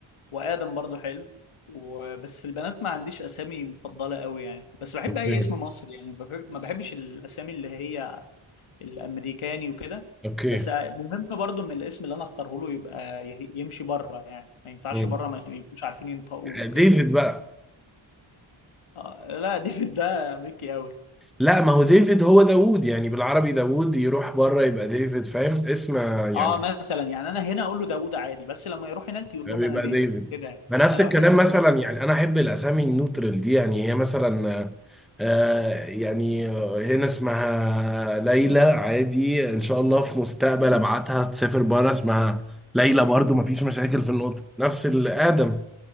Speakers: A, on the left; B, in the centre.
A: وادم برضو حلو وبس في البنات ما عنديش اسامي مفضله قوي يعني بس بحب
B: اوكي
A: اي اسم مصري يعني بحب... ما بحبش الاسامي اللي هي الامريكاني وكده
B: اوكي
A: بس مهم برضو ان الاسم اللي انا اختاره له يبقى يه- يمشي بره يعني ما ينفعش
B: مم.
A: بره ما يبقوش عارفين ينطقوه وكده
B: ديفيد بقى
A: آه لا ديفيد ده امريكي قوي
B: لا ما هو ديفيد هو داوود يعني بالعربي داوود يروح بره يبقى ديفيد فاهم اسم يعني
A: اه مثلا يعني انا هنا اقول له داوود عادي بس لما يروح هناك يقول
B: يبقى
A: لهم انا ديفيد
B: ديفيد
A: كده يعني.
B: ما نفس
A: انا
B: الكلام
A: بحب
B: مثلا
A: كده آه.
B: يعني انا احب الاسامي النوترال دي يعني هي مثلا آه يعني هنا اسمها ليلى عادي ان شاء الله في مستقبل ابعتها تسافر بره اسمها ليلى برضو ما فيش مشاكل في النطق نفس الادم